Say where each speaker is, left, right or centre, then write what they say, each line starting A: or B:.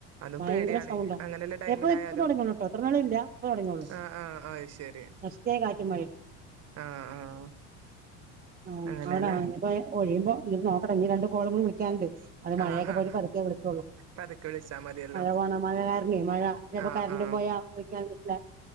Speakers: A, on the right; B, on the right.
A: അതും
B: ഭയങ്കര
A: പേടിയാണ്
B: സൗണ്ടാ
A: അങ്ങനെയുള്ള ടൈമിലായാലും
B: ദേ ഇപ്പ ഇപ്പ തൊടങ്ങിയൊള്ളൂട്ടോ ഇത്രനെരം ഇല്ല ഇപ്പ തൊടങ്ങിയെള്ളൂ
A: ആഹ് ആഹ് അത് ശരി
B: ശക്തിയായ കാറ്റും മഴെ
A: ആഹ് ആഹ്
B: ആഹ്
A: അങ്ങനെല്ലേ
B: അവ്ടെ നിപ്പോ ഒഴിയുമ്പോ ഇനി ഇപ്പൊ നോക്കട്ടെ ഇനി രണ്ട് കോളുകൂടെ വിളിക്കാൻണ്ട് അത് മഴയൊക്കെ
A: ആഹ്
B: പോയിട്ട് പതുക്കേ വിളികൊള്ളു
A: പതുക്കെ വിളിച്ചാ മതിയല്ലോ
B: മഴ പോണം മഴ കാരണെ മഴ ഇപ്പം
A: ആഹ്
B: കരണ്ടും
A: ആഹ്
B: പോയാ വിളിക്കാൻ പറ്റില്ല